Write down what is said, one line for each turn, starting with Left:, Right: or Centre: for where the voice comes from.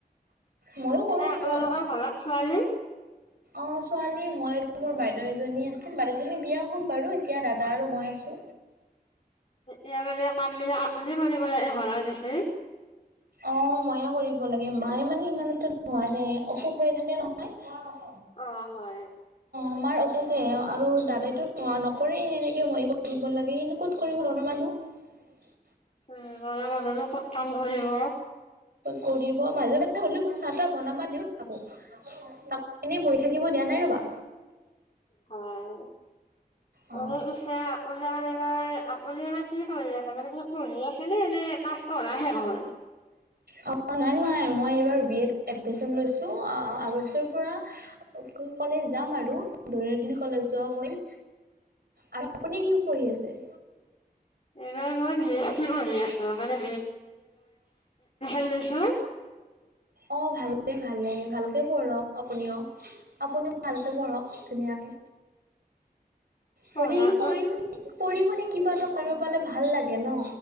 Right: ময়ো কৰো
Left: এনে আপোনালোকৰ
Right: মই
Left: ঘৰত ছোৱালী?
Right: অ', ছোৱালী মই আৰু মোৰ বাইদেউ এজনী আছিল। বাইদেউজনী বিয়া হল বাৰু এতিয়া দাদা আৰু। মই আছো।
Left: এয়া মানে কামবিলাক আপুনি কৰিব লাগে ঘৰৰ পিছে। <unintelligible>
Right: অ' ময়ে কৰিব লাগে, মায়ে মানে ইমান এটা নোৱাৰে, অসুখ হৈ থাকে নহয়।
Left: অ', হয়।
Right: আমাৰ অসুখে, আৰু দাদাইটো নো নকৰে এনেকে মই কৰিব লাগে। সিনো ক'ত কৰিব ল'ৰা মানুহ।
Left: উম। লৰা মানুহনো ক'ত কাম কৰিব।
Right: কৰিব মাজে মাজে হ'লেও চাহ তাহ বনাবা দিও তাকো। ত' এনেই বহি থাকিব দিয়া নাই ৰ'বা।
Left: হয়,
Right: অ।
Left: এনেই পিছে আপোনাৰ এইবাৰ আপুনি এইবাৰ কি কৰি আছে। মানে কি পঢ়ি আছেনে এনে পাছ? কৰাহে নহল।
Right: অ', নাই, নাই। মই এইবাৰ বি এ ত এডমিশ্যন লৈছো, আ আগষ্টৰ পৰা ক-কলেজ যাম আৰু <unintelligible> কলেজ যোৱা কৰিম। আৰু আপুনি কি পঢ়ি আছে?
Left: এইবাৰ মই বি এছ চি পঢ়ি আছো, মানে <unintelligible> লৈছো
Right: অ ভালে ভালে, ভালকে পঢ়ক আপুনিও। আপুনিও ভালকে পঢ়ক, ধুনীয়াকে।
Left: পঢ়াটো
Right: পঢ়ি, পঢ়ি, শুনি। পঢ়ি, শুনি। কিবা এটা কৰিব পালে ভাল লাগে নহ,